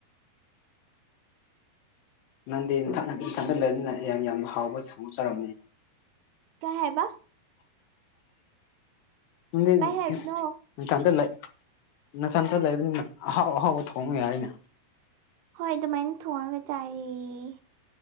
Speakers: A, on the left; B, on the right.
A: ꯅꯪꯗꯤ ꯅꯊꯟꯅ ꯅꯊꯟꯇ ꯂꯩꯕꯅꯤꯅ <unintelligible> ꯌꯥꯝꯅ ꯍꯥꯎꯕꯁꯨ ꯆꯥꯔꯝꯅꯤ
B: ꯀꯩ ꯍꯥꯏꯕ
A: ꯅꯪꯗꯤ
B: ꯀꯩ ꯍꯥꯏꯕꯅꯣ
A: ꯅꯊꯟꯗ ꯂꯩ ꯅꯊꯟꯇ ꯂꯩꯕꯅꯤꯅ ꯑꯍꯥꯎ ꯑꯍꯥꯎꯕ ꯊꯣꯡꯉꯨ ꯌꯥꯏꯅ
B: ꯍꯣꯏ ꯗꯨꯃꯥꯏꯅ ꯊꯣꯡꯔꯒ ꯆꯥꯏꯌꯦ